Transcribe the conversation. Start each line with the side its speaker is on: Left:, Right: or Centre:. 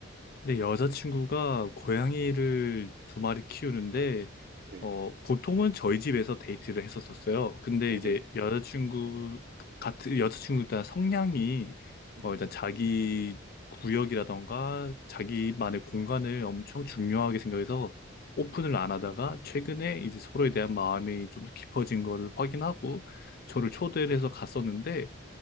Left: 근데 여자친구가 고양이를 두 마리 키우는데
Right: 네,
Left: 어, 보통은 저희 집에서 데이트를 했었었어요. 근데
Right: 네네,
Left: 이제 여자친구 같은 여자친구 일단 성향이
Right: 네,
Left: 어, 일단 자기 구역이라던가 자기만의 공간을 엄청 중요하게 생각해서 오픈을 안 하다가 최근에 이제 서로에 대한 마음이 좀 더 깊어진 거를 확인하고 저를 초대를 해서 갔었는데